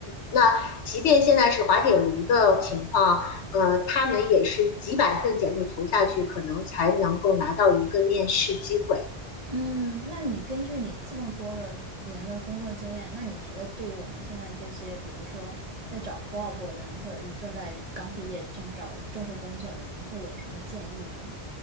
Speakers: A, on the left (about 80°); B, on the right (about 35°).
A: 那即便现在是滑铁卢的情况，呃，他们也是几百份简历投下去，可能才能够拿到一个面试机会。
B: 嗯，那你根据你这么多的年的工作经验，那你觉得对于我们现在这些，比如说在找 co-op 的人，或者是正在刚毕业正找正式工作的人，你会有什么建议吗？